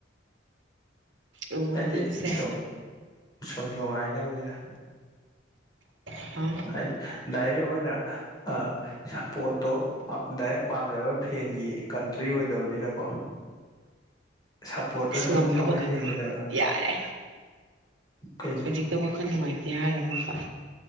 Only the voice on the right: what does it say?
ꯑꯣ
ꯅꯪꯁꯦ
ꯍꯥ
ꯏꯁ
ꯉꯝꯗꯕꯀꯥꯟ
ꯌꯥꯔꯦ
ꯍꯧꯖꯤꯛꯇ ꯋꯥꯈꯟ ꯅꯨꯡꯉꯥꯏꯇꯦ ꯍꯥꯏꯔꯝꯃꯒꯥ